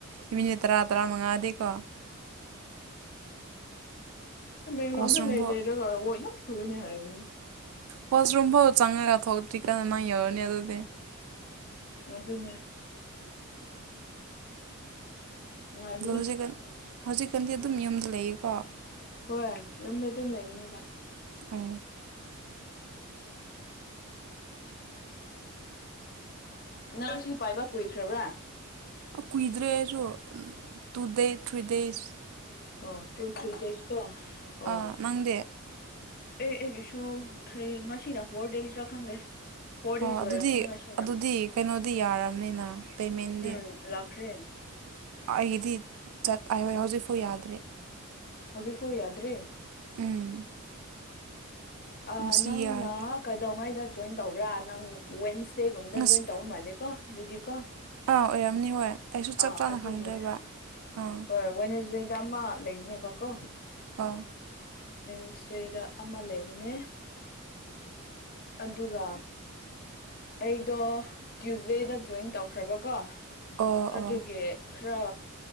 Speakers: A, on the right; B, on the left.
A: ꯏꯃꯤ ꯂꯩ ꯇꯔꯥ ꯇꯔꯥ ꯃꯉꯥꯗꯦꯀꯣ
B: ꯕꯦꯡꯒꯡꯂꯣꯡꯗ
A: ꯋꯥꯁꯔꯨꯝꯐꯥꯎ
B: ꯂꯩ ꯂꯩꯔꯒ ꯌꯥꯝ ꯆꯨꯅꯦ ꯍꯥꯏꯕꯅꯦ
A: ꯋꯥꯁ ꯔꯨꯝꯝꯕ ꯆꯪꯉꯒ ꯍꯣꯇ꯭ꯔꯤ ꯀ ꯅꯪ ꯌꯎꯅꯦ ꯑꯗꯨꯗꯤ
B: ꯑꯗꯨ ꯑꯗꯨꯅ ꯅꯨꯡꯉꯥꯏꯕꯅꯤ
A: ꯑꯣ ꯍꯧꯖꯤꯛꯀꯥꯟ ꯍꯧꯖꯤꯛꯀꯥꯟꯗꯤ ꯑꯗꯨꯝ ꯌꯨꯝꯗ ꯂꯩꯌꯦꯀꯣ
B: ꯍꯣꯏ ꯌꯨꯝꯗ ꯑꯗꯨꯝ ꯂꯩꯕꯅꯤꯅ
A: ꯑ
B: ꯅꯪ ꯁꯤ ꯄꯥꯏꯕ ꯀꯨꯏꯈ꯭ꯔꯕ꯭ꯔꯥ
A: ꯀꯨꯏꯗ꯭ꯔꯦ ꯍꯥꯏꯁꯨ ꯇꯨ ꯗꯦꯁ ꯊ꯭ꯔꯤ ꯗꯦꯁ
B: ꯑ ꯇꯨ ꯊꯦꯀ ꯑ
A: ꯑꯥ ꯅꯪꯗꯤ
B: ꯑꯦ ꯑꯩꯒꯤꯁꯨ ꯊ꯭ꯔꯤ ꯉꯁꯤꯅ ꯐꯣꯔ ꯗꯦꯖꯇ ꯈꯪꯗꯦ ꯐꯣꯔ
A: ꯑꯣ
B: ꯗꯦꯖ
A: ꯑꯗꯨꯗꯤ
B: ꯑꯣꯏꯔꯝꯒꯅꯤ ꯉꯁꯤꯅ
A: ꯑꯗꯨꯗꯤ ꯀꯩꯅꯣꯗꯤ ꯌꯥꯔꯕꯅꯤꯅ ꯄꯦꯃꯦꯟꯗꯤ
B: ꯎꯝ ꯂꯥꯛꯈ꯭ꯔꯦ
A: ꯑꯩꯒꯤꯗꯤ ꯆꯠꯣꯏ ꯍꯧꯖꯤꯛꯐꯥꯎ ꯌꯥꯗ꯭ꯔꯦ
B: ꯍꯧꯖꯤꯛ ꯐꯥꯎ ꯌꯥꯗ꯭ꯔꯔꯤ
A: ꯎꯝ
B: ꯑꯣ
A: ꯉꯁꯤ
B: ꯅꯪꯅ
A: ꯌꯥꯔꯒꯦ
B: ꯀꯩꯗꯧꯉꯥꯏꯗ ꯖꯣꯏꯟ ꯇꯧꯕ꯭ꯔꯥ ꯅꯪ ꯋꯦꯟꯁ ꯏꯁꯇꯦ ꯨꯝꯃꯗ
A: ꯉꯁꯤ
B: ꯖꯣꯏꯟ ꯇ ꯍꯝ ꯍꯥꯦꯀꯣ ꯗꯗꯨꯗꯤ ꯀ
A: ꯑꯥ ꯑꯣꯏꯔꯝꯅꯤ ꯍꯣꯏ ꯑꯩꯁꯨ ꯆꯞ
B: ꯑꯥ
A: ꯆꯥꯅ
B: ꯑꯗꯨꯒꯤꯅꯦ
A: ꯈꯪꯗ꯭ꯔꯦꯕ ꯑꯥ
B: ꯍꯣꯏ ꯋꯥꯦꯅꯦꯖꯦꯗ ꯑꯃ ꯂꯩꯕꯅꯦꯕꯀꯣ
A: ꯑ
B: ꯄꯦꯟꯁꯇꯦꯗ ꯑꯃ ꯂꯩꯕꯅꯦ ꯑꯗꯨꯒ ꯑꯩꯗꯣ ꯇ꯭ꯌꯨꯁꯗꯦꯗ ꯖꯣꯏꯟ ꯇꯧꯈ꯭ꯔꯕꯀꯣ
A: ꯑꯣ
B: ꯑꯗꯨꯒꯤ
A: ꯑꯣ
B: ꯈꯔ